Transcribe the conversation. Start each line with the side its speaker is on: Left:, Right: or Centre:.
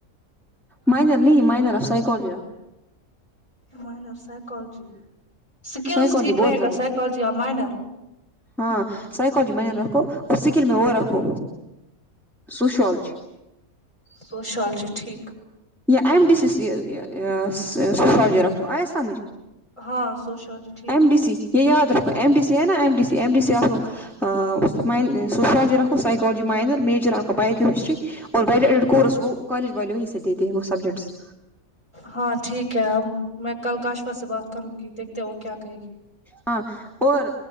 Centre: مائنر نہیں مائنر اف سائیکالر
Left: مائنر سائیکالوجی اسکل
Centre: سائیکالوجی
Left: ٹھیک رہے
Centre: بہت زبر
Left: گا سائیکالوجی مائنر
Centre: ہاں سائیکالوجی میں رکھو اور سکل میں وہ رکھو سوشالوجی
Left: سوشیالوجی ٹھیک
Centre: ایم ڈی سی سوشیالوجی رکھو آیا سمجھ
Left: ہاں سوشالوجی ٹھیک
Centre: ایم
Left: ہی
Centre: ڈی سی یہ یاد رکھو ایم ڈی نا ایم ڈی ایم ڈی آ رگ سوشیالوجی رکھو سائیکالوجی مائنر میجر آکھو بایو کیمسٹری اور کورس وہ کالج والے وہیں سے دیتے ہیں وہ سبجیکٹس
Left: ہاں ٹھیک ہے ا میں کل کاشفا سے بات کروں گی دیکھتے ہیں وہ کیا کہے گی
Centre: ہاں اور